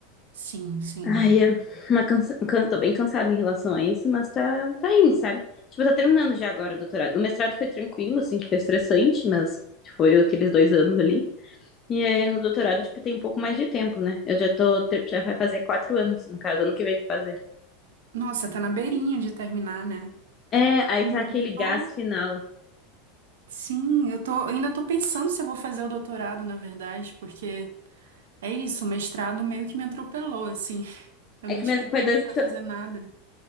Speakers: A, on the right; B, on the left.
A: Sim, sim.
B: Ai, é uma cansa... can- Tô bem cansada em relação a isso, mas tá, tá indo, sabe? Tipo, tá terminando já agora o doutorado. O mestrado foi tranquilo, assim, que foi estressante, mas foi aqueles dois anos ali. E aí no doutorado, tipo, tem um pouco mais de tempo, né? Eu já tô, ter- já vai fazer quatro anos, no caso, ano que vem pra fazer.
A: Nossa, tá na beirinha de terminar, né?
B: É, aí
A: Eu
B: tá aquele gás
A: tô-
B: final.
A: Sim, eu tô, eu ainda tô pensando se eu vou fazer o doutorado, na verdade, porque é isso, o mestrado meio que me atropelou, assim. <laughs> Eu
B: É
A: não
B: que
A: tinha
B: mes-
A: tempo
B: foi dois,
A: para
B: tu,
A: fazer nada.